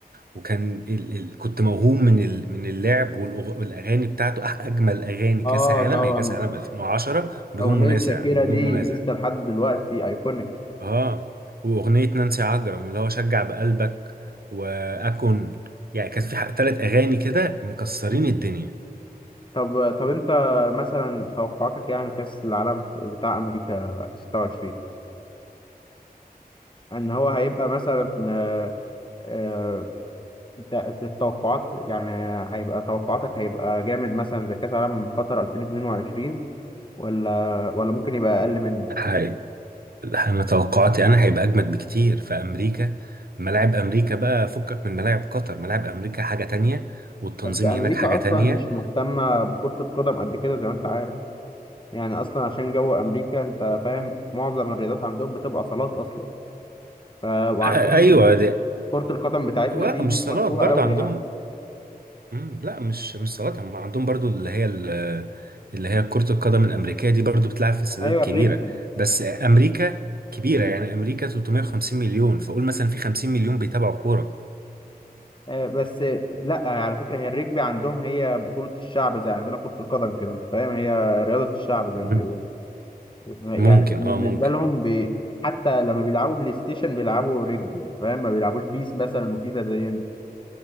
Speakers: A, on the right; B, on the left.
A: وكان ال... ال... كنت موهوم من ال... من اللعب والأغ... والاغاني بتاعته أح... اجمل اغاني كاس
B: اه
A: عالم
B: طبعا
A: هي كاس عالم 2010 بدون
B: أغنية
A: منازع
B: شاكيرا
A: بدون
B: دي
A: منازع
B: لسه لحد دلوقتي أيكونيك
A: اه واغنيه نانسي عجرم اللي هو شجع بقلبك واكون يعني كان في ثلاث اغاني كده مكسرين
B: مم.
A: الدنيا
B: طب طب أنت مثلا توقعاتك يعني كأس العالم بتاع أمريكا 26 إن هو هيبقى مثلا آه، آه، تا- التوقعات يعني هيبقى توقعاتك هيبقى جامد مثلا زي كأس العالم قطر 2022 ولا ولا ممكن يبقى أقل منه
A: مم. لا، انا توقعاتي انا هيبقى اجمد بكتير في امريكا ملاعب امريكا بقى فكك من ملاعب قطر ملاعب امريكا حاجة تانية والتنظيم
B: بس امريكا
A: هناك حاجة
B: اصلا
A: تانية
B: مش مهتمه بكره القدم قد كده زي ما انت عارف يعني اصلا عشان جو امريكا انت فاهم معظم الرياضات عندهم بتبقى صالات اصلا ف... وعندهم
A: آه، ايوه دي.
B: كره القدم بتاعتنا
A: لا
B: دي
A: مش
B: مش
A: صالات
B: مشهوره
A: برضو
B: قوي
A: عندهم
B: يعني
A: مم، لا مش مش صالات هم عندهم برضو اللي هي ال- اللي هي كرة القدم الأمريكية دي برضو بتلعب في استادات
B: ايوه الرجبي
A: كبيرة بس أمريكا كبيرة يعني أمريكا 350 مليون فقول مثلا في 50 مليون بيتابعوا كورة
B: آه، بس لا على فكره هي الرجبي عندهم هي بطوله الشعب زي عندنا كره القدم كده انت فاهم هي رياضه الشعب زي
A: مم.
B: ما بيقولوا يعني
A: ممكن
B: بالنسبه
A: اه ممكن
B: لهم بي... حتى لما بيلعبوا بلاي ستيشن بيلعبوا رجبي انت فاهم ما بيلعبوش بيس مثلا وفيفا زينا